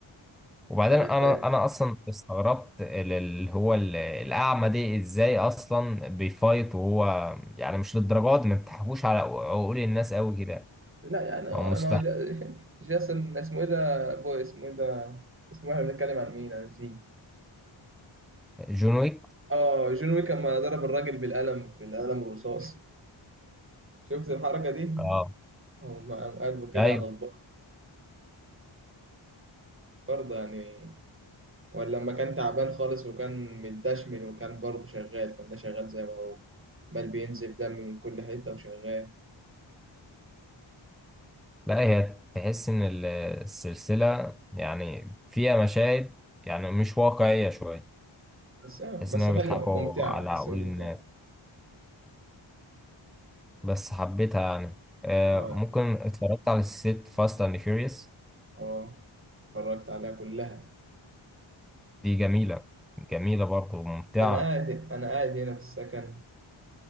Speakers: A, in the centre; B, on the right.
A: وبعدين
B: فبيتحرق
A: انا انا اصلا استغربت ال- اللي هو ال- الاعمى دي ازاي اصلا بيفايت وهو يعني مش للدرجات دي ما بتحكوش على عقول الناس قوي كده
B: لا يعني
A: او مستحيل
B: ما هو جا- <laughs> جاسون اسمه ايه ده بو اسمه ايه ده اسمه إيه؟ احنا بنتكلم عن مين انا نسيت
A: جون ويك
B: اه جون ويك لما ضرب الراجل بالقلم في القلم الرصاص شفت الحركه دي
A: اه
B: قام قام قلبه كده
A: ايوه
B: على البار برضه يعني ولا لما كان تعبان خالص وكان متدشمل وكان برضه شغال كان ده شغال زي ما هو بل بينزف دم من كل حتة وشغال
A: لا هي تحس ان ال- السلسله يعني فيها مشاهد يعني مش واقعيه شويه
B: بس آه،
A: تحس
B: بس
A: ان هم
B: حلوة
A: بيضحكوا
B: ممتعة
A: على
B: بس
A: عقول
B: ممتعة
A: الناس بس حبيتها يعني آه
B: اه
A: ممكن اتفرجت على سلسله فاست اند فيوريوس
B: اه اتفرجت عليها كلها
A: دي جميله جميلة برضه وممتعة
B: أنا قاعد أنا قاعد هنا في السكن